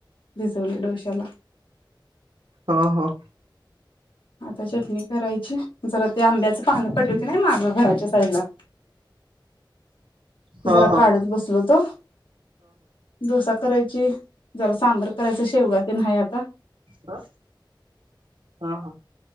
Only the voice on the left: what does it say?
भिजवलय डोश्याला.
आता चटणी करायची, जरा ते आंब्याचं पानं पडली होती नाही मागं घराच्या साईडला ती
जरा
काढत बसलो होतो डोसा करायची, जरा सांबर करायचं, शेवगा ते न हाय आता.